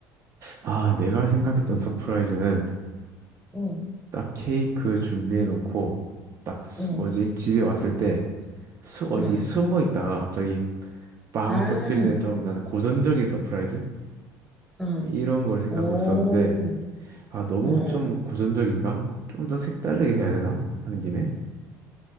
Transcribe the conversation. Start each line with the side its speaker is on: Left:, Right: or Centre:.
Right: 아, 내가 생각했던 서프라이즈는
Centre: 응,
Right: 딱 케이크 준비해 놓고 딱 수-
Centre: 응,
Right: 뭐지? 집에 왔을 때 수, 어디
Centre: 응.
Right: 숨어 있다가 갑자기 빵
Centre: 아,
Right: 터트리는 좀 나는 고전적인 서프라이즈?
Centre: 응.
Right: 이런 걸 생각하고
Centre: 오,
Right: 있었는데 아 너무
Centre: 응, 응.
Right: 좀 고전적인가? 좀 더 색다르게 해야 되나? 하는 김에